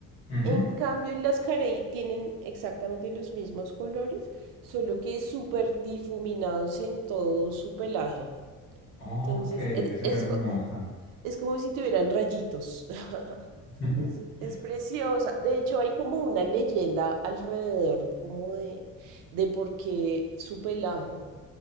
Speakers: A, on the left; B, on the right.
A: Ujú.
B: En cambio, las carey tienen exactamente los mismos colores, solo que súper difuminados en todo su pelaje.
A: Ok,
B: Entonces,
A: debe
B: es,
A: ser
B: es
A: hermosa.
B: co- es como si tuvieran rayitos. <laughs>
A: <laughs>
B: Es, es preciosa. De hecho, hay como una leyenda alrededor, como de, de por qué su pelaje.